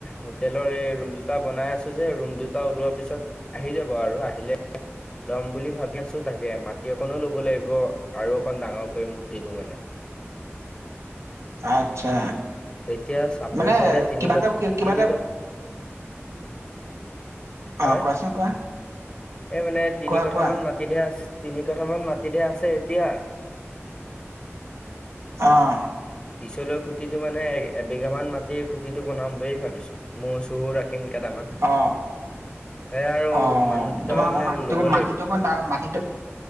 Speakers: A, on the left; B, on the right.
A: হোটেলৰ এই ৰুম দুটা বনাই আছো যে ৰুম দুটা ওলোৱাৰ পিছত আহি যাব আৰু আহিলে ল'ম বুলি ভাবি আছো তাকে মাত মাটি অকণো ল'ব লাগিব আৰু অকণ ডাঙৰ কৰিম গোটেটো মানে
B: আচ্ছা
A: এতিয়া চাপৰি
B: মানে
A: চাইডে তিনি
B: কিবা
A: কঠ
B: এটা কিবা
A: তিনি
B: এটা
A: কঠ
B: অ
A: হয়
B: কোৱাচোন কোৱা
A: এই মানে তিনি
B: কোৱা
A: কঠা
B: কোৱা
A: মান মাটি এতিয়া তিনি কঠামান মাটিতহে আছে এতিয়া
B: অহ
A: পিছলৈ খুটিত মানে এ এবিঘা মান মাটিৰ খুটিটো বনাম বুলি ভাবিছো মহ চহ ৰাখি ৰাখিম কেইটামান
B: অ',
A: সেয়া আৰু
B: অ',
A: মানুহ দুটাও
B: তোমাৰ অকণ
A: মানে
B: মাটিটো
A: লব
B: মাটিটো
A: লাগিব
B: অকণ ডাঙৰ মাটিটো